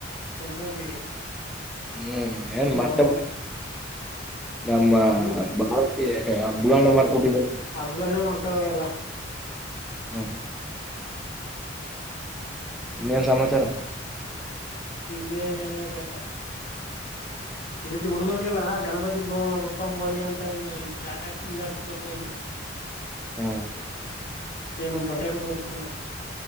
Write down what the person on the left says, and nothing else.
ಸಂಕ್ರಾಂತಿಗೆ
ಅವರು
ಹಬ್ಬ
ಹಬ್ಬಗಳನ್ನೇ ಮಾಡ್ತಾವ ಎಲ್ಲ
ಇನ್ನೆ ಅನಣ ನೋಕ್ಕಪ್ಪ ಈ ಸತಿ ಹುಡುಗರ್ರಿಗೆಲ್ಲ ಗಣಪತಿ ಬ ಅಬಪ್ಪ ಮೋರ್ಯ ಅಂತ ಒಂದು ತ ಆಟಕ್ ಇದ ಹಾಕ್ಸ್ಬೇಕು ಅವ್ರಿಗೆ
ಏನು ಬಟೆಗೆ ಬರುತ್ತಲ್ಲ